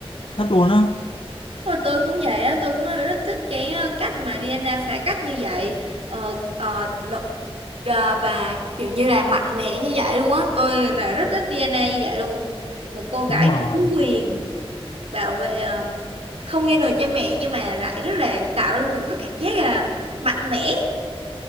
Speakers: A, on the left; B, on the right.
A: thích luôn á
B: rồi tôi cũng vậy á tôi cũng rất thích cái ờ, cách mà DNA phá cách như vậy ờ, ờ, đ- ờ, và kiểu như là mạnh mẽ như vậy luôn á tôi là rất thích DNA như vậy luôn một cô gái
A: đúng rồi
B: nữ quyền bảo vệ ờ, không nghe lời cha mẹ nhưng mà lại rất là tạo cho mình có cảm giác là mạnh mẽ